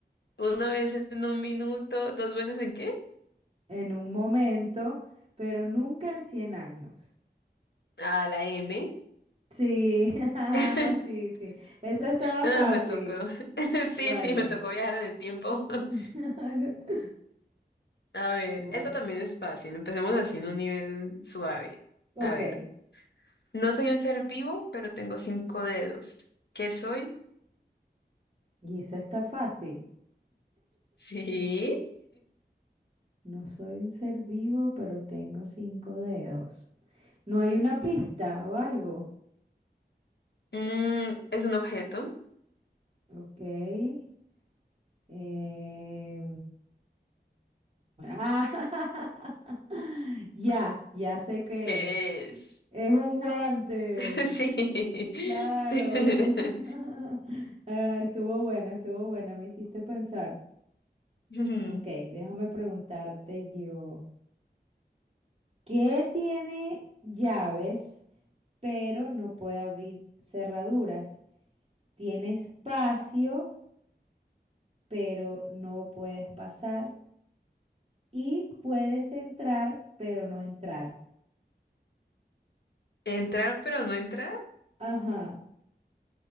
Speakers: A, on the left; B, on the right.
A: una vez en un minuto, dos veces en qué?
B: en un momento, pero nunca en 100 años.
A: Ah, la M.
B: Sí, <laughs>
A: <laughs>
B: sí, sí. Eso estaba
A: Ah,
B: fácil.
A: me tocó. <laughs>
B: Vale.
A: Sí, sí, me tocó viajar en el tiempo. <laughs>
B: <laughs>
A: A ver,
B: Vale.
A: esta también es fácil. Empecemos así en un nivel suave.
B: Ok.
A: A ver, no soy un ser vivo, pero tengo cinco dedos. ¿Qué soy?
B: Y eso está fácil.
A: Sí.
B: No soy un ser vivo, pero tengo cinco dedos. ¿No hay una pista o algo?
A: Mm, es un objeto
B: Ok. Em, ah, <laughs> ya, ya sé qué
A: que
B: es.
A: es...
B: Es un guante.
A: <laughs> Sí. <laughs>
B: Claro. <laughs> Ah, estuvo buena, estuvo buena, me hiciste pensar.
A: Ujú.
B: Ok, déjame preguntarte yo. ¿Qué tiene llaves, pero no puede abrir cerraduras? Tiene espacio, pero no puedes pasar. Y puedes entrar, pero no entrar.
A: Entrar pero no entrar.
B: Ajá,